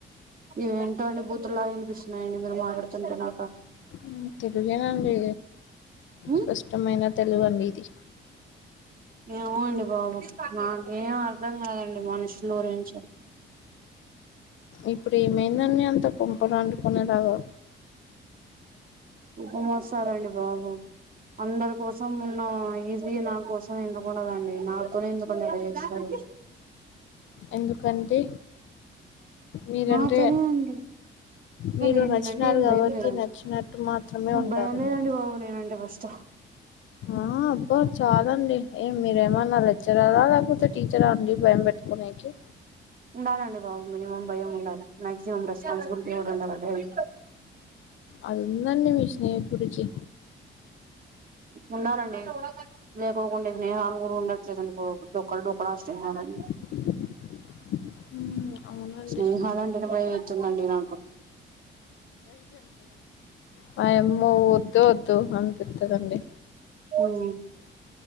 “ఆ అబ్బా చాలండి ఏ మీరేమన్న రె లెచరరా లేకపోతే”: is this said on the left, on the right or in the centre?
Left